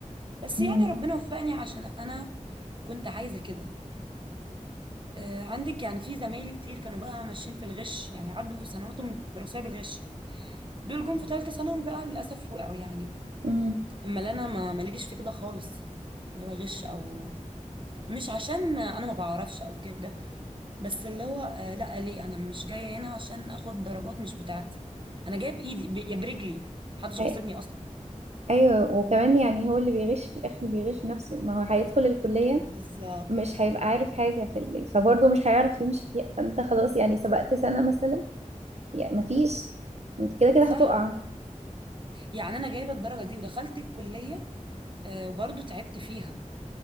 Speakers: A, on the right (about 40°); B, on the right (about 55°).
A: بس
B: امم
A: يعني ربنا وفقني عشان أنا كنت عايزة كده آه، عندك يعني في زمايلي كتير كانوا بقى ماشيين في الغش يعني عدوا سنواتهم الدراسية بالغش دول جم في ثالثة ثانوي بقى للأسف وقعوا يعني
B: امم
A: أما اللي أنا ما ماليش في كده خالص اللي هو غش أو مش عشان أنا ما بعرفش أو كده بس اللي هو آه، لا ليه أنا مش جاية هنا عشان آخد درجات مش بتاعتي أنا جاية بإيدي ب- يا برجلي محدش غصبني
B: أي-
A: أصلا
B: ايوه وكمان يعني هو اللي بيغش في الاخر بيغش نفسه ما هو هيدخل الكليه
A: بالظبط
B: مش هيبقى عارف حاجه في اللي فبرضه مش هيعرف يمشي فيها فانت خلاص يعني سبقت سنه مثلا يعني ما فيش انت كده كده
A: صح
B: هتقع
A: يعني انا جايبه الدرجه دي ودخلت الكليه آه، وبرضه تعبت فيها